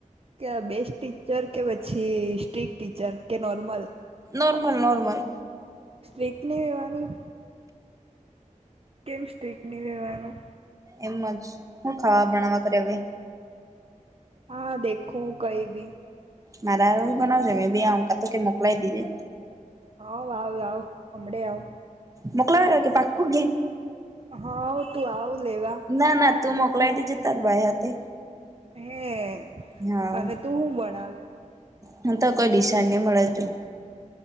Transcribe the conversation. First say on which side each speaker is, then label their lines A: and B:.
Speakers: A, on the right; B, on the right.
A: કે બેસ્ટ ટીચર કે પછી સ્ટ્રીક ટીચર કે નોર્મલ.
B: Normal, normal.
A: સ્ટ્રીક નહી રહેેવાનું? કેમ સ્ટ્રીક ની રહેેવાનું.
B: એમજ શું ખાવા બનાવા કર હવે.
A: હા દેખું કઈ ભી.
B: મારા હારું બનાવજે મેં બે અંકા તો કે મોકલાઈ દીજે.
A: આવ, આવ, આવ અમડે આવ.
B: મોકલાવે કે પાકુ કે.
A: હા તું આવ લેવા.
B: ના ના તું મોકલાય દેજે તાર ભાઈ હાથે.
A: હે.
B: હા
A: અને તું હું ભણાવે
B: હું તો કોઈ ડિશાડ નહી મળે છું.